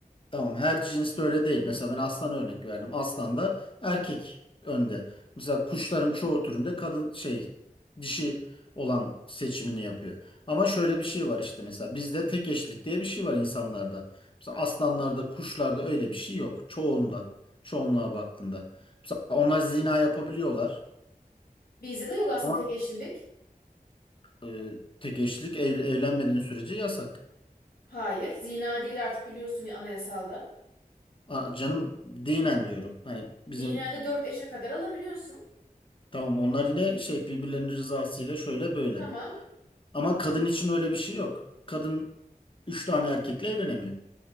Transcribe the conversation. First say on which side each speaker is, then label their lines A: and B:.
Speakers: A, on the left; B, on the left.
A: Tamam her cinste öyle değil. Mesela ben aslan örnek verdim. Aslan da erkek önde. Mesela kuşların çoğu türünde kadın şey dişi olan seçimini yapıyor. Ama şöyle bir şey var işte mesela bizde tek eşlik diye bir şey var insanlarda. Mesela aslanlarda, kuşlarda öyle bir şey yok. Çoğunda, çoğunluğa baktığında. Mesela onlar zina yapabiliyorlar
B: Bizde de yok aslında
A: ama
B: tek eşlilik.
A: e, tek eşlik ev- evlenmediğin sürece yasak.
B: Hayır, zina değil artık biliyorsun ya anayasalda.
A: Aa, canım dinen diyorum. Hani bizim
B: Dinen de dört eşe kadar alabiliyorsun.
A: Tamam onlar yine şey birbirlerinin rızasıyla şöyle böyle.
B: Tamam.
A: Ama kadın için öyle bir şey yok. Kadın üç tane erkekle evlenemiyor.